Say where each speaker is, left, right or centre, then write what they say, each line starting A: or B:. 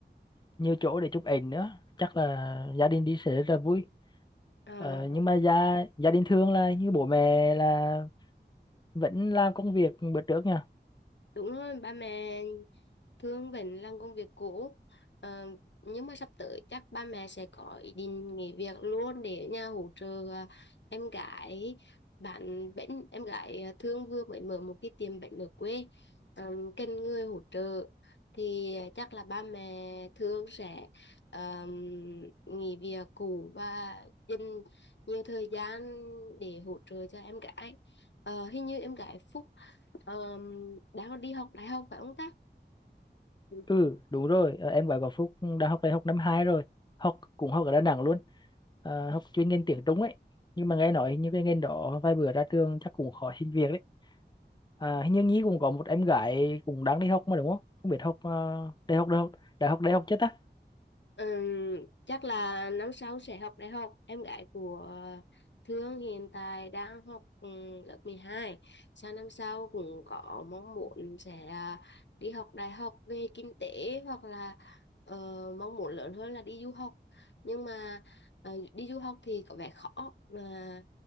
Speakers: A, on the left; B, on the left.
A: nhiều chỗ để chụp ảnh nữa chắc là gia đình đi sẽ rất là vui
B: à
A: ờ, nhưng mà gia gia đình thường là như bố mẹ là vẫn làm công việc bữa trước nha
B: Đúng rồi, ba mẹ thương vẫn làm công việc cũ. Ờ, nhưng mà sắp tới chắc ba mẹ sẽ có ý định nghỉ việc luôn để ở nhà hỗ trợ à, em gái bạn bánh em gái à, thương vừa mới mở một cái tiệm bánh ở quê Ờ, cần người hỗ trợ thì chắc là ba mẹ thương sẽ ờ, nghỉ việc cũ và dành nhiều thời gian để hỗ trợ cho em gái Ờ, hình như em gái Phúc Ờ, đang đi học đại học phải không ta? Ừ.
A: ừ đúng rồi ờ, em gái của Phúc đã học đại học năm 2 rồi học cũng học ở Đà Nẵng luôn Ờ, học chuyên ngành tiếng Trung ấy nhưng mà nghe nói như cái ngành đó vài bữa ra trường chắc cũng khó xin việc đấy à, hình như Nhi cũng có một em gái cũng đang đi học mà đúng không không biết học ờ, đại học đại học đại học đại học chưa ta
B: Ừm, chắc là năm sau sẽ học đại học. Em gái của Thương hiện tại đang học ừm, lớp mười hai Sang năm sau cũng có mong muốn sẽ à, đi học đại học về kinh tế hoặc là ờ, mong muốn lớn hơn là đi du học. Nhưng mà ờ, đi du học thì có vẻ khó. Mà